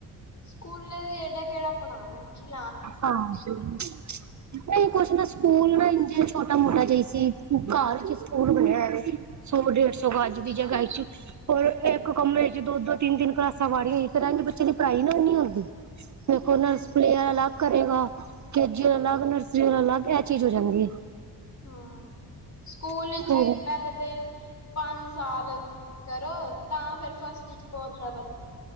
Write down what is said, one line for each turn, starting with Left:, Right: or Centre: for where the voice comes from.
Left: ਸਕੂਲੇ ਵੀ ਏਡਾ ਕੇੜਾ ਪਾਂਦੇ ਠੀ
Right: ਹਾਂ। ਨਹੀਂ ਕੁਝ ਨਾ ਸਕੂਲ ਨਾ ਇੰਜੇ ਛੋਟਾ ਮੋਟਾ ਜਈ ਸੀ ਘਰ ਚ ਸਕੂਲ ਬਣਿਆ ਓਯਾ ਏ। ਸੋ ਢੇਡ ਸੋ
Left: ਅੱਛਾ,
Right: ਗਜ ਦੀ ਜਗ੍ਹਾ ਇਚ ਔਰ ਇੱਕ ਕਮਰੇ ਚ ਦੋ-ਦੋ, ਤਿੰਨ- ਤਿੰਨ ਕਲਾਸਾਂ ਵਾੜੀਆਂ ਫੇਰ ਇਂਜ ਬੱਚੇ ਦੀ ਪੜਾਈ ਨਾ ਨੀ ਹੁੰਦੀ। ਮਖ
Left: ਹੂੰ,
Right: ਨਾ <unintelligible> ਕਰੇਗਾ। ਕੇਜੀ ਆਲਾ ਅਲਗ, ਨਰਸਰੀ ਆਲਾ ਅਲਗ ਇਹ ਚੀਜ਼ ਹੋ ਜਾਂਦੀ ਏ।
Left: ਹਾਂ, ਸਕੂਲ
Right: ਹੈ
Left: ਜਿਵੇਂ ਪਹਿਲੇ ਤੇ ਪੰਨ ਸਾਲ ਕਰੋ ਤਾਂ ਫਿਰ ਫਸਟ 'ਚ ਪਹੁੰਚ ਦਾ ਬ